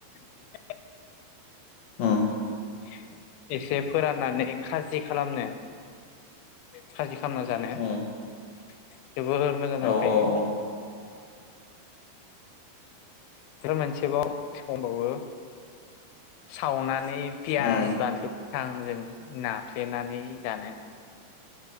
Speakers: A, on the left; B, on the left.
A: <unintelligible>
B: उम
A: <inaudible> एसे फोराननानै खाजि खालामनो खालामना जानो
B: उम
A: जोबोर मोजां
B: औ
A: नांखायो।
B: औ औ
A: बे मोनसेबाव समबावबो सावनानै। पियास
B: उम
A: बानलु थां जों नाफ्लेनानै जानो।